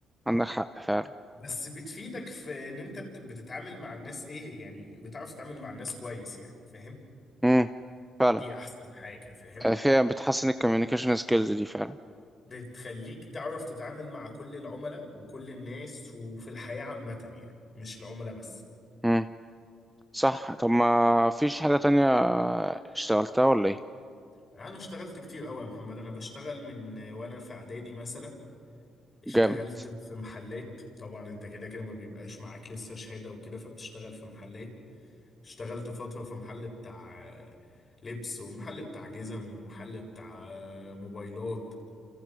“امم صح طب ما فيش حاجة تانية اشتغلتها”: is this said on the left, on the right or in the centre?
Centre